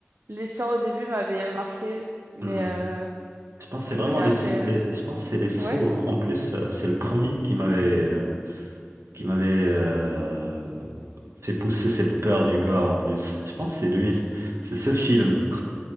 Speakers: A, on the right; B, on the right.
A: l'histoire au début m'avait marqué, mais
B: Hmm.
A: euh,
B: Je pense que c'est
A: mais
B: vraiment
A: après,
B: les, les-
A: euh,
B: je pense que c'est les sauts.
A: ouais.
B: En plus, euh, c'est le premier qui m'avait euh, qui m'avait euh, fait pousser cette peur du gore en plus. Je pense que c'est lui, c'est ce film.